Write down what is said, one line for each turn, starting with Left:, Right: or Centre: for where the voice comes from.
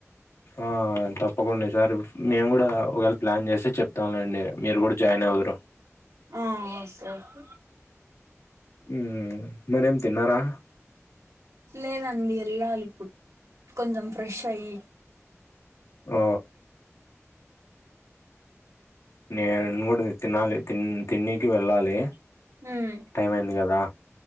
Left: ఆ తప్పకుండా ఈ సారి మేము కూడా ఒకవేళ ప్లాన్ చేసి చెప్తాం లెండి మీరు కూడా జాయిన్ అవుదురు
Right: ఆ ఓకే ఓకే
Left: హ్మ్ మరేం తిన్నారా
Right: లేదండి ఎళ్ళాలి ఇప్పుడు కొంచెం ఫ్రెష్ అయి
Left: ఆ నేను కూడా తినాలి తి తిన్నికి వెళ్ళాలి
Right: ఉమ్
Left: టైం అయింది కదా